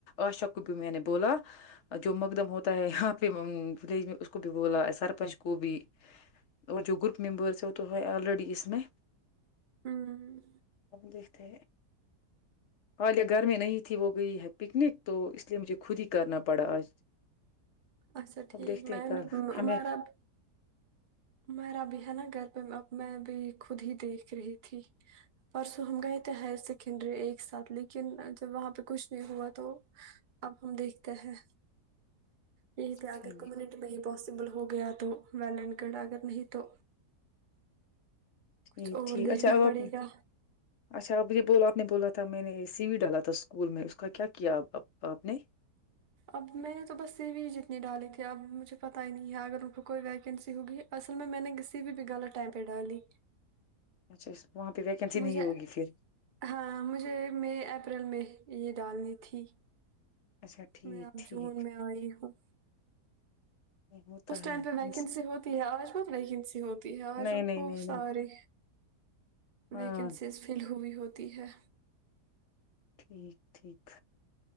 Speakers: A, on the left (about 65°); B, on the right (about 40°).
A: آشا کو بھی میں نے بولا جو مقدم ہوتا ہے یہاں پہ ولیج میں اس کو بھی بولا ہے سرپنچ کو بھی اور جو گروپ ممبرس ہے وہ تو ہے آلریڈی اس میں
B: ہوں
A: دیکھتے حالیہ گھر میں نہیں تھی وہ گئی ہے پکنک تو اس لیے مجھے خود ہی کرنا پڑا آج
B: اچھا ٹھیک
A: اب دیکھتے
B: میں
A: ہیں
B: ا
A: کیا
B: نےو
A: ہمیں
B: عمرب میرا بھی ہے نا گھر پہ اب میں بھی خود ہی دیکھ رہی تھی پرسوں ہم گئے تھے ہائر سیکنڈری ایک ساتھ لیکن جب وہاں پہ کچھ نہیں ہوا تو اب ہم دیکھتے ہیں یہی پ اگر
A: ٹھیک
B: کمیونٹی میں ہی بس سبل ہو گیا تو و گڑھ اگر نہیں تو
A: ٹھیک
B: کچھ اور
A: ٹھیک
B: دیکھنا
A: اچھا اب
B: پڑے
A: اپنی
B: گا
A: اچھا ا یہ بولو آپ نے بولا تھا میں نے سی وی ڈالا تھا اسکول میں اس کا کیا کیا آپ نے
B: اب میں نے تو بس سی بھی جتنی ڈالی تھی اب مجھے پت ہی نہیں ہے اگر ان کو کوئی ویکینسی ہوگی اصل میں میں نے کسی بھی بھی غلط ٹائم پہ ڈالی
A: اچھا اس- وہاں پہ ویکینسی
B: مجھے
A: نہیں ہوگی پھر
B: ہاں مجھے مئی اپریل میں یہ ڈالنی تھی
A: اچھا ٹھیک
B: میں اب
A: ٹھیک
B: جون میں آئی ہوں
A: یہ ہوتا
B: اس
A: ہے
B: ٹائم پہ ویکینسی
A: اس-
B: ہوتی ہے آج بہت ویکینسی ہوتی ہے آج
A: نہیں
B: ان
A: نہیں
B: کو
A: نہیں
B: سارے
A: نہیں ہاں
B: ویکنسیز فل ہوئی ہوتی تی ہے
A: ٹھیک ٹھیک